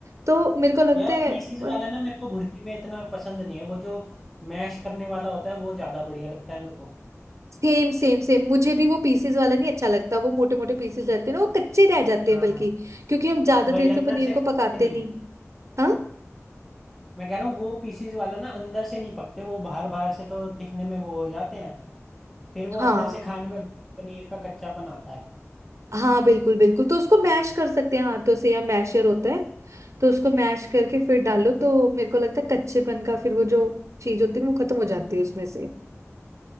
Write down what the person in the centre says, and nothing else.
यार
पीसीज वाला ना मेरे को भुर्जी में इतना पसंद नहीं है वो जो मैश करने वाला होता है वो ज़्यादा बढ़िया लगता है मेरे को
हाँ
वही
अंदर
से पकते
नहीं
है
मैं कह रहा हूँ वो पीसीज वाला ना अंदर से नहीं पकते वो बाहर बाहर से तो दिखने में वो हो जाते हैं फिर वो
अंदर से खाने में पनीर का कच्चापन आता है